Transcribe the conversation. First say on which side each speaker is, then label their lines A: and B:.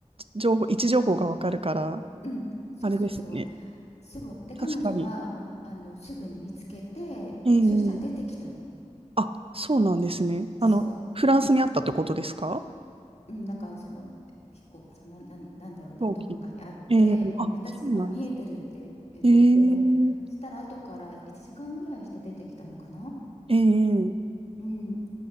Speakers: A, on the right; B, on the left.
A: 情報、位置情報がわかるから、
B: うんそうそうそう
A: あれですよね。
B: そうで彼女はあのすぐに見つけてでそしたら出てきたの。
A: 確かに。ええあ、そうなんですね。
B: そう
A: あの、フランスにあったってことですか
B: うん、なんかその飛行そのなん、なんだろうねどこかにあって、
A: 後期。ええあ、
B: うん、私のは見えてるって言っててそしたら後から1時間ぐらいして出てきたのかな、
A: そうなんです。ええええ
B: うん、